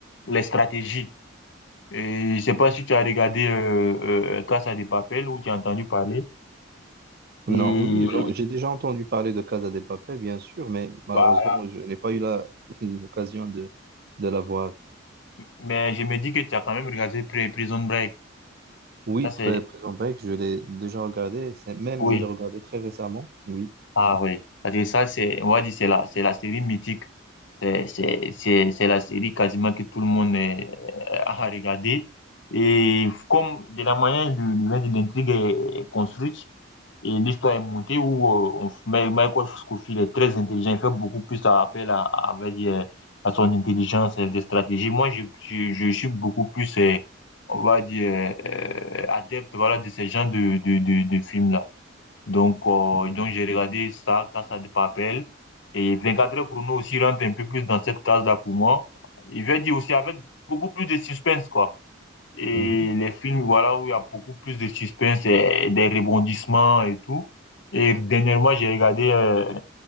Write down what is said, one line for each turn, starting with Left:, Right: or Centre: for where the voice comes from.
Left: les stratégies. Et je sais pas si tu as regardé euh, euh, Casa de Papel ou tu as entendu parler.
Right: Non,
Left: Et
Right: oui, j'en- j'ai déjà entendu parler de Casa de Papel, bien sûr, mais malheureusement,
Left: voilà.
Right: je n'ai pas eu la, <laughs> l'occasion de, de la voir.
Left: Mais je me dis que tu as quand même regardé Pri- Prison Break.
Right: Oui,
Left: Ça,
Right: Pré-
Left: c'est,
Right: Prison Break, je l'ai déjà regardé, c'est, même
Left: oui.
Right: je l'ai regardé très récemment, oui.
Left: Ah, oui. Parce que ça, c'est, on va dire, c'est la, c'est la série mythique. C'est, c'est, c'est, c'est la série quasiment que tout le monde euh, euh, a regardé. Et comme de la manière dont le- l'intrigue est est construite et l'histoire est montée, où euh, on- f- Ma- Michael Scofield est très intelligent, il fait beaucoup plus appel à, à, on va dire, à son intelligence et des stratégies. Moi, je, je, je suis beaucoup plus, euh, on va dire, euh, adepte voilà, de ce genre de, de, de, de films-là. Donc, euh,
Right: Mhm.
Left: donc j'ai regardé ça, Casa de Papel. Et 24 heures chrono aussi rentre un peu plus dans cette case-là pour moi. Il veut dire aussi avec beaucoup plus de suspense, quoi. Et
Right: Mhm.
Left: les films, voilà, où il y a beaucoup plus de suspense et des rebondissements et tout. Et dernièrement, j'ai regardé euh,